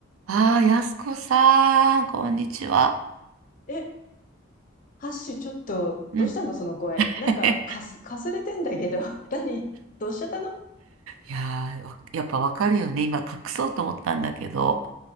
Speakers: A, on the right; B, on the left.
A: ああ、やすこさん、こんにちは。
B: え、ハッシュ、ちょっと、
A: うん。
B: どうしたのその声。
A: <laughs>
B: なんか、かす、かすれてんだけど、<laughs> 何どうしちゃったのい
A: いやー、わやっぱわかるよね。今隠そうと思ったんだけど。